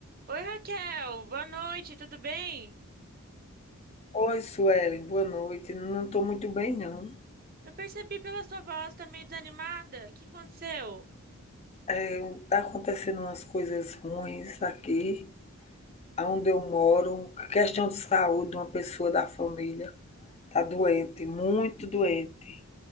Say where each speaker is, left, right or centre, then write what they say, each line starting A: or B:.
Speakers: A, on the right; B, on the left.
A: Oi, Raquel, boa noite, tudo bem?
B: Oi, Suelen, boa noite. Não estou muito bem, não.
A: Eu percebi pela sua voz, tá meio desanimada. O que aconteceu?
B: É, tá acontecendo umas coisas ruins aqui, onde eu moro. Questão de saúde, uma pessoa da família tá doente, muito doente.